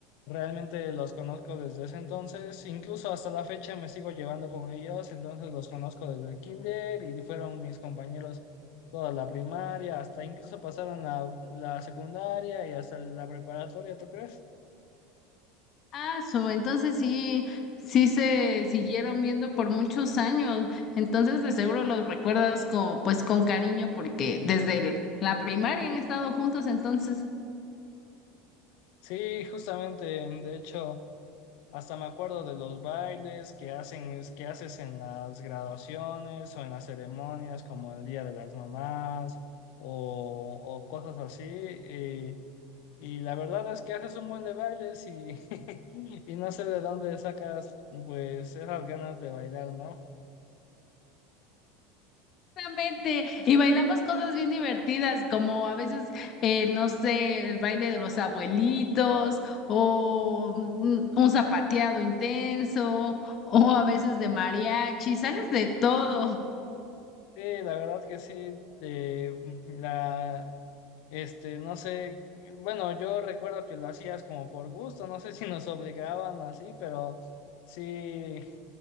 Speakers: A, on the left; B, on the left.
A: realmente los conozco desde ese entonces, incluso hasta la fecha me sigo llevando con ellos, entonces los conozco desde el kinder y fueron mis compañeros toda la primaria, hasta incluso pasaron la, la secundaria y hasta la preparatoria, ¿tú crees?
B: Ah, so, entonces sí, sí se siguieron viendo por muchos años. Entonces de seguro los recuerdas con, pues, con cariño porque desde el- la primaria han estado juntos, entonces
A: Sí, justamente, de hecho... Hasta me acuerdo de los bailes que hacen, es- que haces en las graduaciones o en las ceremonias como el Día de las Mamás o, o cosas así. Y, y la verdad es que haces un buen de bailes y, <laughs> y no sé de dónde sacas pues esas ganas de bailar, ¿no?
B: Exactamente. Y bailamos cosas bien divertidas, como a veces, eh, no sé, el baile de los abuelitos o mm, un zapateado intenso o a veces de mariachi, sales de todo.
A: Sí, la verdad que sí. eh, la, este, no sé, bueno, yo recuerdo que lo hacías como por gusto, no sé si nos obligaban o así, pero... Sí,